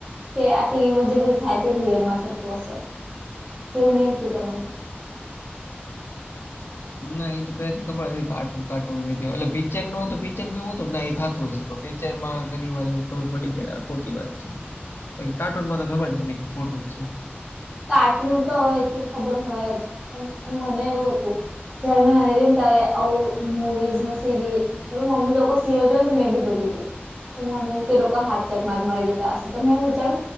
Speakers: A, on the right; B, on the left.
A: કે આ ટીવીમાં જે બધું થાય તે રિયલમાં થતું હશે કેવું નહી થયું તમાને
B: ના એ તો પેલાથી ખબર હતી પિક્ચર ન તો પિક્ચરમાં એવું હતું એ થતું હોય છે. વિચર માં ઘણી વાર એ ખબર પડી ગઈ આ ખોટી વાત છે. બાકી કાર્ટૂન માં તો ખબર જ નથી કે ખોટું જ છે.
A: કાર્ટૂન નું તો એ ત ખબર હોય જ પણ એ મને એવું હતું જર્મનને તતાારે અ મૂવીઝ ન સીરીઝ મમ્મી લોકો સિરિયલ જોઈ ને મેં બી જોતી હતીી તો મને કે લોકો હાચક માં મારી જતા હશે તો મે વિચાર